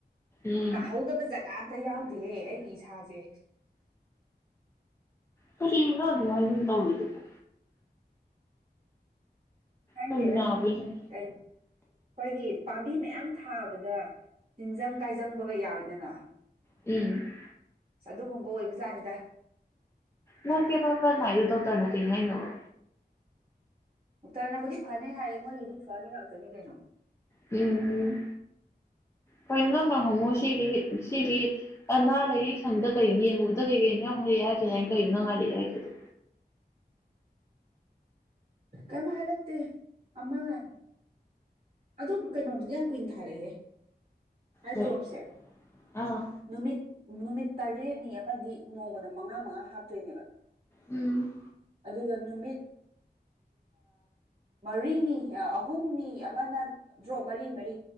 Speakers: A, on the left (about 15°); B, on the right (about 35°).
A: ꯎꯝ
B: ꯅꯥꯍꯧꯗꯕ ꯖ ꯀꯝꯇ ꯌꯥꯎꯗꯦꯍꯦ ꯑꯩꯒꯤ ꯏꯁꯥꯁꯦ
A: ꯀꯔꯤꯅꯣ ꯑꯗꯨꯉꯥꯏ ꯑꯗꯨꯝ ꯇꯧꯋꯗꯨꯕꯣ
B: ꯍꯪꯗꯦꯔ
A: ꯀꯔꯤ ꯅꯥꯕꯩꯅꯣ
B: ꯀ ꯑꯩꯈꯣꯏꯒꯤ ꯄꯥꯝꯕꯤ ꯃꯌꯥꯝ ꯊꯥꯕꯗ ꯇꯤꯟꯖꯪ ꯀꯥꯏꯖꯪꯕꯒ ꯌꯥꯎꯋꯤꯗꯅ
A: ꯏ <unintelligible>
B: ꯑ ꯑꯗꯨꯒꯨꯝꯕ ꯑꯣꯏꯕꯖꯥꯠꯅꯤꯗ
A: ꯅ ꯄꯦ ꯄꯔꯄꯔꯅ ꯌꯦ ꯇꯧꯇꯔ ꯅ ꯍꯥꯏꯅꯣꯂꯣ
B: ꯑꯣꯛꯇꯔꯅꯕꯨꯗꯤ ꯐꯅꯤ ꯍꯥꯏꯔꯦ ꯃꯣꯏꯒꯤꯗꯤ ꯐꯅꯤ ꯉꯥꯛꯇꯅꯤ ꯀꯩꯅꯣ
A: ꯎꯝ ꯍ ꯅꯪꯅ ꯍꯣꯡꯃꯣ ꯁꯤꯒꯤ ꯁꯤꯒꯤ ꯑꯅꯥꯜꯛꯌꯦ ꯁꯪꯗ ꯀꯩ ꯌꯦꯡꯉꯨꯕꯗ ꯀꯩ ꯀꯩꯅ ꯌꯥꯎ ꯍꯥꯏꯔꯛꯑꯦ ꯍꯥꯏꯈꯤꯗꯅ ꯑꯩꯅ ꯀꯩꯅ ꯅꯉꯥꯏꯜꯛꯦ ꯍꯥꯏꯦꯗꯣ
B: ꯀꯝꯔꯠꯇꯦ ꯑꯃꯃ ꯑꯗꯨꯣ ꯀꯩꯅꯣꯗꯨꯗꯤ ꯌꯥꯝ ꯀꯨꯏꯅ ꯊꯥꯔꯛꯍꯦ ꯍꯥꯏꯗ꯭ꯔꯣꯞꯁꯦ
A: ꯀꯩ ꯑꯥ
B: ꯅꯨꯃꯤꯠ ꯅꯨꯃꯤꯠ ꯇꯔꯦꯠꯅꯤ ꯑꯃꯗꯤ ꯅꯣꯡꯃꯗ ꯃꯉꯥ ꯃꯉꯥ ꯍꯥꯞꯇꯣꯏꯅꯦꯕ
A: ꯎꯝ
B: ꯑꯗꯨꯒ ꯅꯨꯃꯤꯠ ꯃꯔꯤꯅꯤ ꯑꯍꯨꯝꯅꯤ ꯑꯃꯅ ꯗ꯭ꯔꯣꯞ ꯃꯔꯤ ꯃꯔꯤ